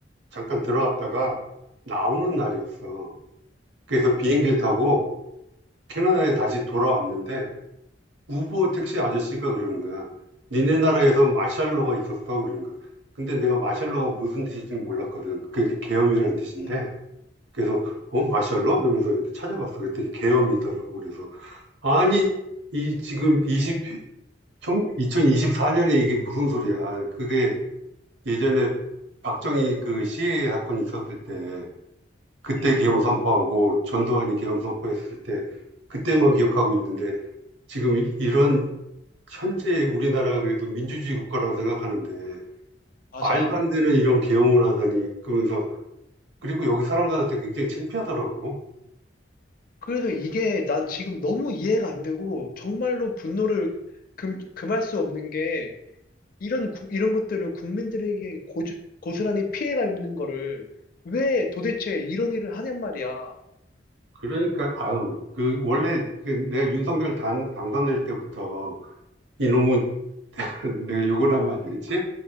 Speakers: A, on the right; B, on the left.
A: 잠깐 들어갔다가 나오는
B: 음,
A: 날이었어. 그래서
B: 음,
A: 비행기를 타고 캐나다에 다시 돌아왔는데 우버 택시 아저씨가 그러는 거야. 니네 나라에서 마샬로가 있었어 그러는 거야. 근데 내가 마샬로가 무슨 뜻인지는 몰랐거든. 그게 계엄이란 뜻인데
B: 음,
A: 그래서 어 마샬로? 그러면서 이렇게 찾아봤어. 그랬더니 계엄이더라고. 그래서 아니 이 지금 20 총 2024년에 이게 무슨 소리야. 그게 예전에 박정희 그 시해 사건이 있었을 때 그때
B: 음,
A: 계엄 선포하고 전두환이 계엄 선포했을 때 그때만 기억하고 있는데 지금 이- 런 현재 우리나라가 그래도 민주주의 국가라고 생각하는데
B: 맞아.
A: 말도 안 되는 이런 계엄을 하다니 그러면서 그리고 여기 사람들한테 굉장히 창피하더라고.
B: 그래서 이게 난 지금 너무 이해가 안 되고 정말로 분노를 금, 금할 수 없는 게 이런, 구- 이런 것들을 국민들에게 고주, 고스란히 피해가 있는 거를 왜 도대체 이런 일을 하냔 말이야.
A: 그러니까 아유 그 원래 그 내가 윤석열 당 당선될 때부터 이놈은 <laughs> 내가 욕을 하면 안 되겠지?